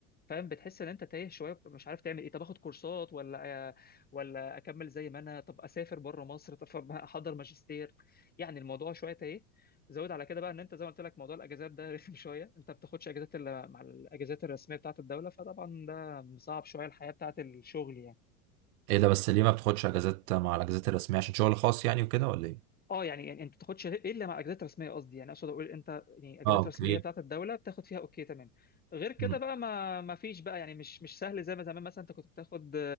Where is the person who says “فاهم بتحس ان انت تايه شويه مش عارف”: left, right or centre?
Left